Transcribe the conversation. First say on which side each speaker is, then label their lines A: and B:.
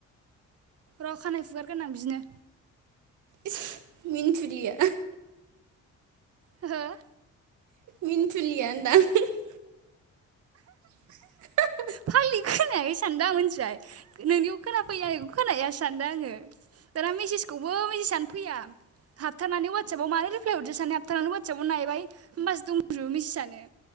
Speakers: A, on the right; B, on the right.
A: र खानाय फुगारगोरनां बिदिनो
B: इस मिनथुलिया
A: होहो हो
B: मिनथुलिया होनदां <unintelligible> <unintelligible>
A: फाग्लि खोनायाखैसो सानदों आं मोनथिबाय नोंनियाव खोनाफैयो आंनिखौ खोना हैया सो सानदां आङो दाना मेसेजखौबो मेसेजानो फैया हाबथारनानै वात्सबाव मानो रिप्लाय हरदो साननानै हाबथानानैनानै वात्सबाव नायबाय होमबासो दंजुबो मेसेजानो